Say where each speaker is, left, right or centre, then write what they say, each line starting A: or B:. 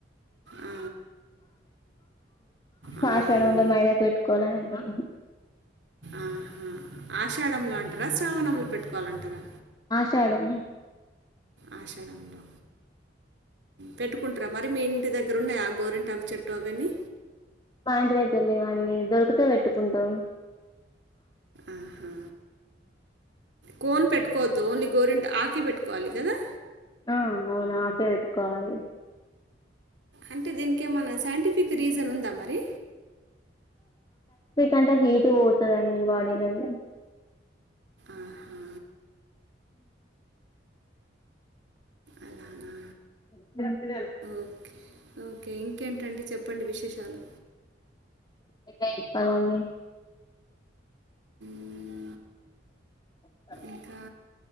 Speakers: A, on the right; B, on the left.
A: ఆ, ఆ,
B: పాాషడం
A: అవును
B: ల మైదాక్ పెట్టుకోవాలని ఆ
A: ఆహా ఆషాఢములో అంటారా శ్రావణములో పెట్టుకోవాలంటారా
B: ఆశాడం
A: ఆషాడం లో పెట్టుకుంటారా మరి మీ ఇంటి దగ్ ఇగ్రున్నాయ ఆ గోరింటాకు చెట్టు అవన్నీ
B: మ ఇంటి దగ్గర లేవ్వండి దొరికితే పెట్టుకుంటాం
A: ఆహా కోన్ పెట్టుకోవద్దు ఓన్లీ గోరిెంట్ ఆకే పెట్టుకోవాలి కదా
B: ఆ అవును ఆకే పెట్టుకోవాలి
A: అంటే దీనికి ఏమైనా సైంటిఫిక్ రీజన్ ఉందా మరి
B: కంటే హీట్ పోతదండి బాడీలది
A: ఆహా అలానా
B: ాల
A: ఓకే ఓకే ఇంకేంటండి చెప్పండి విశేషాలు
B: ఇంకా చెప్పలండి
A: మ్మ్,
B: సరే
A: ఇంకా